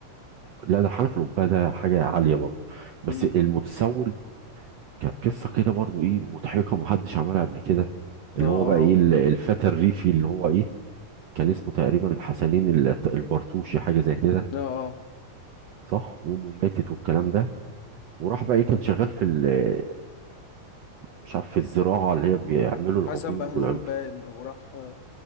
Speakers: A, on the right (about 70°); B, on the left (about 70°).
A: لا ده حنف الأبهة ده حاجة عالية برضه بس
B: امم
A: المتسول كانت قصة كده برضه ايه مضحكة محدش عملها قبل كده اللي
B: اه اه
A: هو بقى ايه ال- الفتى الريفي اللي هو ايه كان اسمه تقريبا الحسنين ال- البرتوشي حاجة زي كده
B: اه اه
A: صح وامه ماتت والكلام ده وراح بقى ايه كان شغال في ال- مش عارف في الزراعة اللي هي بيعملوا
B: حسن
A: العجول
B: بهلول
A: والعلوف
B: باين وراح آه،